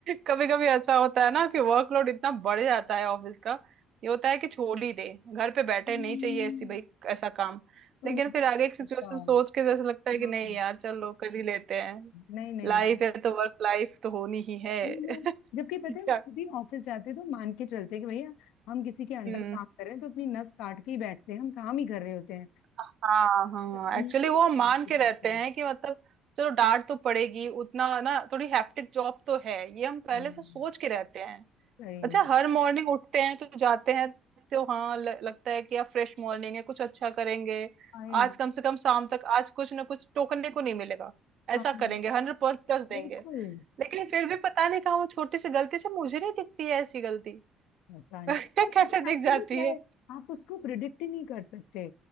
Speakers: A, on the right; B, on the left.
A: कभी कभी ऐसा होता है ना कि वर्कलोड इतना बढ़ जाता है ऑफिस का ये होता है कि छोड़ ही दे घर पे बैठे
B: हम्म,
A: नहीं चाहिए ऐसी भाई ऐसा काम
B: और
A: लेकिन
B: वो
A: फिर आगे की
B: बताओ
A: सिचुएशन सोच के जैसे लगता है कि
B: हाँ
A: नहीं यार चलो कर ही लेते हैं
B: नहीं नहीं
A: लाइफ है तो वर्क लाइफ तो होनी ही है
B: हम लोग
A: <laughs>
B: जबकि पता
A: क्या
B: है हम खुद ही ऑफिस जाते हैं तो मान के चलते हैं कि भैया हम किसी के अंडर
A: हम्म
B: काम कर रहे हैं तो अपनी नस काट के ही बैठते हैं हम काम ही कर रहे होते हैं
A: हाँ हाँ
B: तकनीकी
A: एक्चुअली
B: तो
A: वो हम
B: ज्यादा
A: मान
B: हो
A: के
B: जाती
A: रहते हैं
B: है
A: कि मतलब चलो डांट तो पड़ेगी उतना ना थोड़ी हैप्टिक जॉब तो है ये हम
B: हाँ,
A: पहले से सोच के रहते हैं
B: सही
A: अच्छा
B: में।
A: हर मॉर्निंग उठते हैं तो जाते हैं तो हाँ ल, लगता है कि यार फ्रेश मॉर्निंग है कुछ अच्छा करेंगे
B: I know
A: आज कम से कम शाम तक आज कुछ ना कुछ टोकने को नहीं मिलेगा ऐसा
B: हाँ
A: करेंगे हंड्रेड प्लस देंगे
B: बिल्कुल
A: लेकिन फिर भी पता नहीं कहाँ वो छोटी सी गलती से मुझे नहीं दिखती है ऐसी गलती <laughs>
B: पता नहीं
A: कैसे
B: और पता
A: दिख
B: है एक्चुअली
A: जाती
B: क्या
A: है
B: है आप उसको प्रिडिक्ट ही नहीं कर सकते